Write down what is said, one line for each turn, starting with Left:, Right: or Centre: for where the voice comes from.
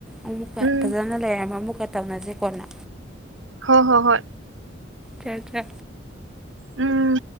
Centre: ꯑꯃꯨꯛꯀ
Right: ꯎꯝ
Centre: ꯐꯖꯅ ꯂꯩꯔꯝꯃꯣ ꯑꯃꯨꯛꯀ ꯇꯧꯅꯁꯦ ꯀꯣꯟꯅ
Right: ꯍꯣꯏ ꯍꯣ ꯍꯣꯏ
Centre: ꯆ ꯆ
Right: ꯎꯝ